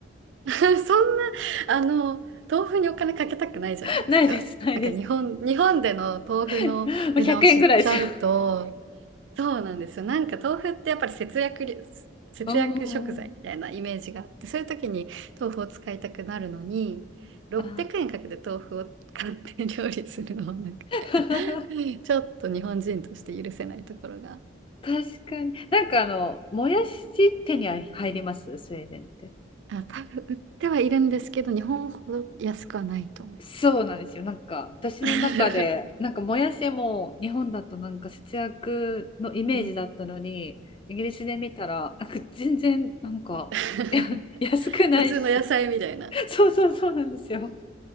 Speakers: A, on the right; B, on the left.
A: <laughs> そんな、あの、豆腐にお金かけたくないじゃないですか。
B: <laughs> ないです、ないです。
A: なんか日本、日本での豆腐の値段を知っちゃうと、
B: もう100円ぐらいですよ。
A: そうなんですよ。なんか豆腐ってやっぱり節約り、節約食材みたいなイメージがあって、
B: うんうんうん。
A: そういう時に豆腐を使いたくなるのに、600円かけて豆腐を買って料理するのはなんか
B: あ
A: <laughs>
B: <laughs>
A: ちょっと日本人として許せないところが
B: 確かに。なんかあの、もやし手に入りますスウェーデンって。
A: あ、多分売ってはいるんですけど、日本ほど安くはないと思いま
B: そうなんですよ。なんか私の中でなんかもやしも日本だとなんか節約のイメージだったのにイギリスで見たらなんか全然なんかいや
A: す。<laughs> うん。<laughs>
B: <laughs> 安くないし
A: 普通の野菜みたいな。
B: <laughs> そうそうそうなんですよ。